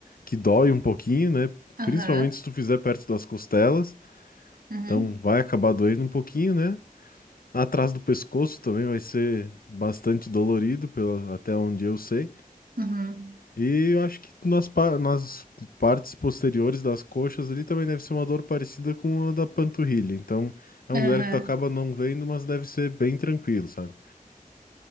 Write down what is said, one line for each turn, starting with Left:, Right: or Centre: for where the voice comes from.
Left: que dói um pouquinho, né?
Right: Aham.
Left: Principalmente se tu fizer perto das costelas,
Right: Uhum.
Left: então vai acabar doendo um pouquinho, né? Atrás do pescoço também vai ser bastante dolorido, pela, até onde eu sei.
Right: Uhum.
Left: E eu acho que nas, pa- nas partes posteriores das coxas ali também deve ser uma dor parecida com a da panturrilha. Então é um
Right: Aham.
Left: lugar que tu acaba não vendo, mas deve ser bem tranquilo, sabe?